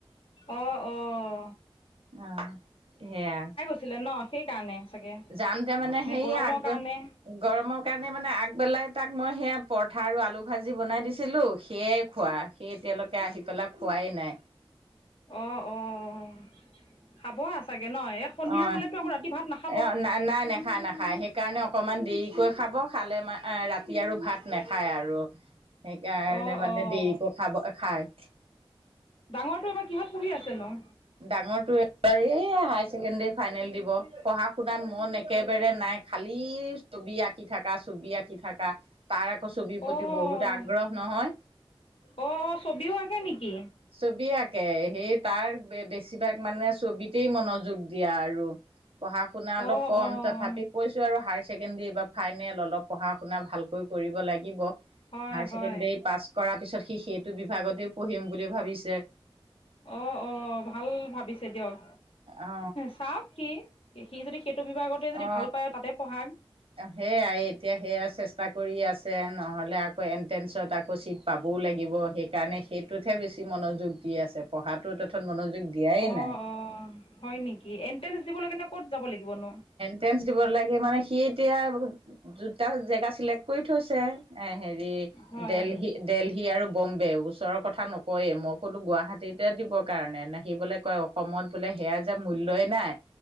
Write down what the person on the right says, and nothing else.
অ', সেয়া
যাওঁতে মানে
সেইয়া
আগ
গৰমৰ কাৰণে মানে আগবেলাই তাক মই সেয়া পৰঠা আৰু আলু ভাজি বনাই দিছিলো সেয়াই খোৱা সেই এতিয়ালৈকে আহি পেলাই খোৱাই নাই
অ
অ' নাই নাই খাই নাখায় সেইকাৰণে অকমান দেৰিকৈ খাব খালে ৰাতি আৰু ভাত নাখায় আৰু সেইকাৰণে
মানে
দেৰিকে খাব খায়।
ডাঙৰট হায়াৰ ছেকেণ্ডাৰী ফাইনেল দিব পঢ়া শুনাত মন একেবাৰে নাই খালি ছবি আঁকি থাকা ছবি আঁকি থকা তাৰ আকৌ ছবিৰ প্ৰতি
বহুত আগ্ৰহ নহয়
ছবি আঁকে সেই তাৰ বেছিভাগ মানে ছবিতেই মনোযোগ দিয়া আৰু পঢ়া আপোনাৰ অলপ
কম
তথাপি কৈছো আৰু হায়াৰ ছেকেণ্ডেৰী বা ফাইনেল অলপ পঢ়া শুনা ভালকৈ কৰিব লাগিব,
হাইাৰ
ছেকেণ্ডাৰী পাছ কৰাৰ পিছত সি সেইটো বিভাগতেও পঢ়িম বুলি ভাবিছে
অ
অ
সেয়াই এতিয়া সেয়া চেষ্টা কৰি আছে নহলে আকৌ এণ্ট্ৰেঞ্চত আকৌ চিট পাবও লাগিব সেইকাৰণে সেইটোতহে বেছি মনোযোগ দি আছে পঢ়াটো তথত মনোযোগ দিয়াই
নাই
টেন্ঞ্চ দিব লাগে মানে সি এতিয়া দুতা জেগা চিলেক্ট কৰি থৈছে এ হেৰি এ
দেলহি দেলহি আৰু বম্বে ওচৰৰ কথা নকয়ে মই ক'লো গুৱাহাটীতে দিবৰ কাৰণে নাহিবলৈ কয় অসমত বোলে সেয়া যে মূল্যই নাই